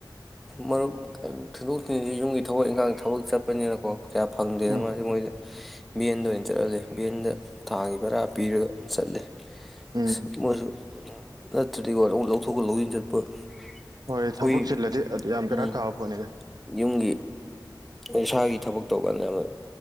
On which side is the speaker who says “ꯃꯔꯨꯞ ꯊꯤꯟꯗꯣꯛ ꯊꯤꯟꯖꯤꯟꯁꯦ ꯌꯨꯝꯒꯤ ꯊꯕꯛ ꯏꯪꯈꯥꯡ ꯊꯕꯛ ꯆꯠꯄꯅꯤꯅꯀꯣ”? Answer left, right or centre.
Centre